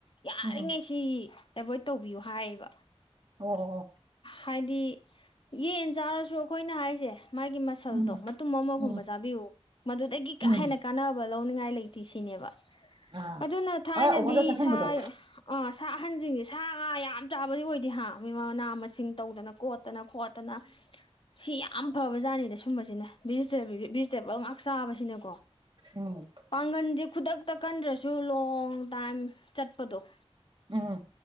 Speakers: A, on the left; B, on the right.
A: ꯌꯥꯔꯉꯁꯤ
B: ꯎꯝ
A: ꯑꯦꯚꯣꯏꯠ ꯇꯧꯕꯤꯌꯨ ꯍꯥꯏꯌꯦꯕ
B: ꯑꯣ
A: ꯍꯥꯏꯗꯤ ꯌꯦꯟ ꯆꯥꯔꯁꯨ ꯑꯩꯈꯣꯏꯅ ꯍꯥꯏꯁꯦ ꯃꯥꯒꯤ ꯃꯁꯜꯗꯣ
B: ꯎꯝ
A: ꯇꯨꯝ ꯑꯃꯒꯨꯝꯕ
B: ꯎꯝ
A: ꯆꯥꯕꯤꯌꯨ ꯃꯗꯨꯗꯒꯤ ꯀꯥ
B: ꯎꯝ
A: ꯍꯦꯟꯅ ꯀꯥꯟꯅꯕ ꯂꯧꯅꯤꯡꯉꯥꯏ ꯏꯂꯦꯛꯇ꯭ꯔꯤꯛꯁꯤꯅꯦꯕ
B: ꯑꯥ
A: ꯑꯗꯨꯅ ꯊꯥꯏꯅꯗꯤ
B: ꯍꯣꯏ ꯑꯣꯚꯔꯗ ꯆꯥꯁꯤꯟꯕꯗꯣ
A: ꯁꯥ ꯑꯥ ꯁꯥ ꯑꯍꯟꯁꯤꯡꯁꯦ ꯁꯥ ꯉꯥ ꯌꯥꯝ ꯆꯥꯕ ꯗꯤ ꯑꯣꯏꯗꯤ ꯍꯥ ꯃꯅꯥ ꯃꯁꯤꯡ ꯇꯧꯗꯅ ꯀꯣꯠꯇꯅ ꯈꯣꯠꯇꯅ ꯁꯤ ꯌꯥꯝ ꯐꯕ ꯖꯥꯠꯅꯤꯗ ꯁꯨꯝꯕꯁꯤꯅꯦ ꯚꯤꯖꯤꯇꯦꯕꯜ ꯚꯤꯖꯤꯇꯦꯕꯜ ꯉꯍꯥꯛ ꯆꯥꯕꯁꯤꯅꯦꯀꯣ
B: ꯎꯝ
A: ꯄꯒꯟꯗꯦ ꯈꯨꯗꯛꯇ ꯀꯟꯗ꯭ꯔꯁꯨ ꯂꯣꯡ ꯇꯥꯏꯝ ꯆꯠꯄꯗꯣ
B: ꯎꯝ